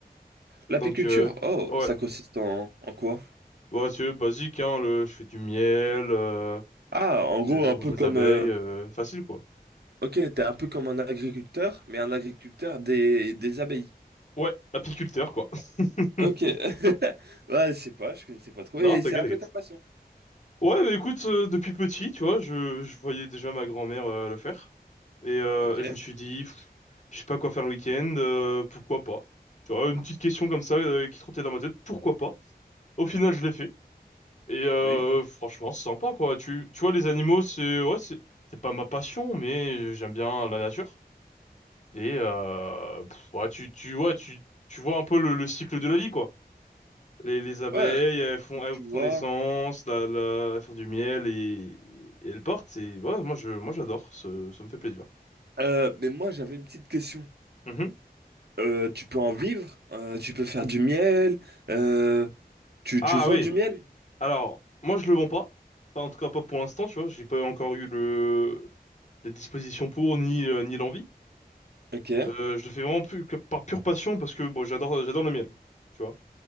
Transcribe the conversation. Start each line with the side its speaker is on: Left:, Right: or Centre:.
Right: L'apiculture,
Left: Donc, euh,
Right: oh,
Left: ouais,
Right: ça consiste en, en quoi?
Left: bah, c'est basique, hein, le, je fais du miel, euh,
Right: Ah, en
Left: je,
Right: gros,
Left: je
Right: un
Left: range
Right: peu
Left: mes
Right: comme...
Left: abeilles,
Right: euh,
Left: euh, facile, quoi.
Right: Ok, t'es un peu comme un agriculteur, mais un agriculteur des, des abeilles.
Left: Ouais, apiculteur, quoi. <laughs>
Right: Ok. <laughs> Ouais, je sais pas, je connaissais pas trop.
Left: Non,
Right: Et
Left: t'inquiète,
Right: c'est un
Left: t'inquiète.
Right: peu ta passion.
Left: Ouais, bah écoute, euh, depuis petit, tu vois, je, je voyais déjà ma grand-mère euh, le faire. Et, euh,
Right: Ok,
Left: et je me suis dit, pff, je sais pas quoi faire le week-end, euh, pourquoi pas? Tu vois, une petite question comme ça euh, qui trottait dans ma tête, pourquoi pas? Au final, je l'ai fait. Et euh,
Right: oui.
Left: franchement, c'est sympa, quoi. Tu, tu vois, les animaux, c'est ouais, c'est c'est pas ma passion, mais j'aime bien la nature. Et euh, pff, ouais, tu, tu, ouais, tu, tu vois un peu le, le cycle de la vie, quoi. Les, les abeilles,
Right: Ouais,
Left: elles font,
Right: tu
Left: elles
Right: tu vois.
Left: font naissance, la, la, elles font du miel et, et elles portent. Et voilà, moi je, moi j'adore, ce- ça me fait plaisir.
Right: Euh, mais moi, j'avais une petite question.
Left: Mhm.
Right: Euh, tu peux en vivre, euh, tu peux faire du miel, euh, tu,
Left: Ah
Right: tu vends
Left: oui.
Right: du miel?
Left: Alors, moi je le vends pas. Enfin, en tout cas pas pour l'instant, tu vois. J'ai pas encore eu le les dispositions pour ni euh, ni l'envie.
Right: Ok,
Left: Euh, je le fais vraiment plus que par pure passion parce que bon, j'adore j'adore le miel, tu vois.